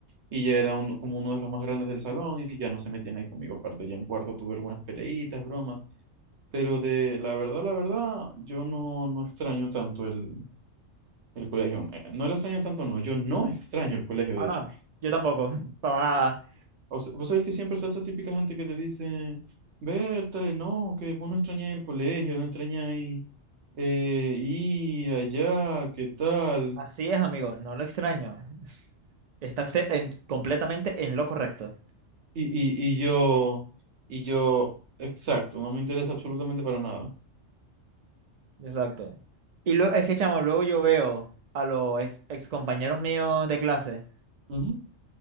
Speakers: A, on the right; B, on the right.
A: y ya era uno- como uno de los más grandes del salón y ya no se metían ahí conmigo. Aparte, ya en cuarto tuve algunas peleitas, bromas, pero de la verdad, la verdad, yo no, no extraño tanto el, el colegio. eh, No lo extraño tanto, no. Yo no extraño el colegio,
B: Ah,
A: de hecho.
B: no, no, yo tampoco, <laughs> para nada.
A: O sea, vos sabés que siempre está esa típica gente que te dice, Bertale, no, que vos no extrañáis el colegio, no extrañáis eh, ir allá, qué tal.
B: Así es, amigo, no lo extraño. Está usted en- completamente en lo correcto.
A: Y, y, y yo, y yo, exacto, no me interesa absolutamente para nada.
B: Exacto. Y luego, es que, chamo, luego yo veo a los ex, ex compañeros míos de clase
A: Ujú.